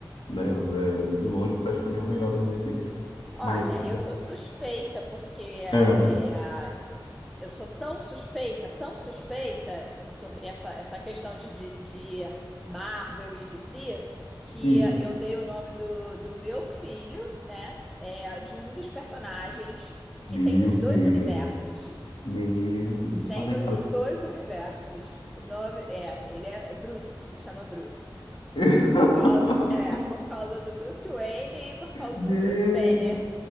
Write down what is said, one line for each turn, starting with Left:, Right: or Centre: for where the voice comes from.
Left: né, é, de longe, o Flash pra mim é o melhor da DC.
Centre: Olha,
Left: Mas
Centre: eu sou suspeita porque é
Left: Ah,
Centre: Eu sou tão suspeita, tão suspeita sobre essa, essa questão de, de, de Marvel e D C, que
Left: hum.
Centre: eu dei o nome do, do meu filho, né? É, de um dos personagens que
Left: Meu
Centre: tem nos
Left: Deus.
Centre: dois universos.
Left: Meu Deus.
Centre: Tem
Left: Falei,
Centre: nos
Left: falei.
Centre: dois universos. O nome é, ele é, é Bruce, se chama Bruce.
Left: <laughs>
Centre: Cau- É, por causa do Bruce Wayne e por causa
Left: Meu.
Centre: do Bruce Banner.